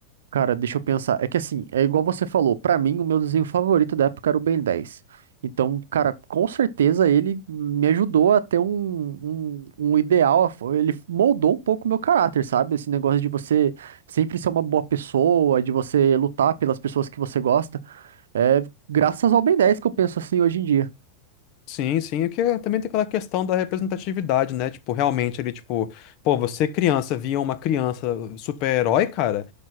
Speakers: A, on the right; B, on the left.
A: Cara, deixa eu pensar. É que assim, é igual você falou, pra mim o meu desenho favorito da época era o Ben 10. Então, cara, com certeza ele me ajudou a ter um, um, um ideal, ele moldou um pouco o meu caráter, sabe? Esse negócio de você sempre ser uma boa pessoa, de você lutar pelas pessoas que você gosta. É graças ao Ben 10 que eu penso assim hoje em dia.
B: Sim, sim, o que é- também tem aquela questão da representatividade, né? Tipo, realmente ele, tipo, pô, você criança via uma criança super-herói, cara.